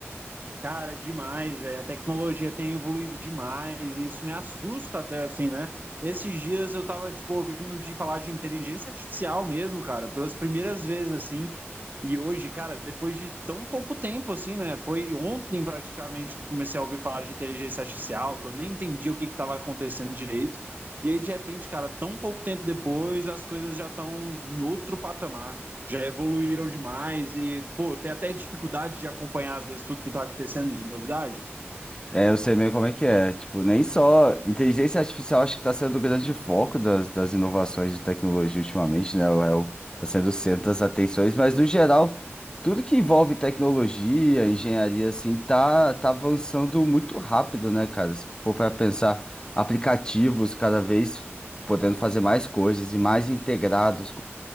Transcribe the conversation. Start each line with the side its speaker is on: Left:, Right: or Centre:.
Right: Cara, demais, velho. A tecnologia tem evoluído demais e isso me assusta até assim, né? Esses dias eu tava, tipo, ouvindo de falar de inteligência artificial mesmo, cara, pelas primeiras vezes, assim. E hoje, cara, depois de tão pouco tempo, assim, né? Foi ontem praticamente que eu comecei a ouvir falar de inteligência artificial, que eu nem entendia o que que tava acontecendo direito. E aí, de repente, cara, tão pouco tempo depois, as coisas já estão em outro patamar. já evoluíram demais e, pô, tem até dificuldade de acompanhar, às vezes, tudo que está acontecendo de novidade.
Left: É, eu sei bem como é que é. Tipo, nem só. Inteligência artificial acho que está sendo o grande foco das, das inovações de tecnologia ultimamente, né? É o, tá sendo o centro das atenções, mas no geral, tudo que envolve tecnologia, engenharia, assim, tá, tá avançando muito rápido, né, cara? Se for para pensar, aplicativos cada vez podendo fazer mais coisas e mais integrados